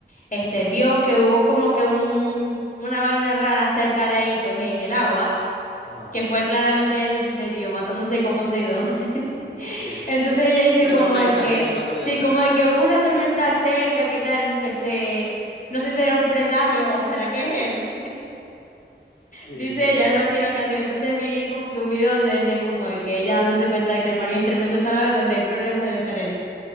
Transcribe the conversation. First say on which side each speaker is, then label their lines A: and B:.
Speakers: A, on the left; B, on the left.
A: este, vio que hubo como que un, una vaina rara cerca de ahí, pues en el agua.
B: Ajá,
A: que fue claramente él medio matándose con Poseidón. <laughs>
B: sí.
A: Entonces ella dice
B: Una
A: como
B: tormenta,
A: de que,
B: sí, ya me acordé.
A: sí, como de que hubo una tormenta cerca, ¿qué tal? Este, no sé si era un presagio o será que es él. <laughs>
B: Sí,
A: Dice
B: sí.
A: ella algo así en la canción. Entonces vi como que un video donde decían como de que ella dándose cuenta de que el marido es tremendo salado y donde hay problemas debe estar él.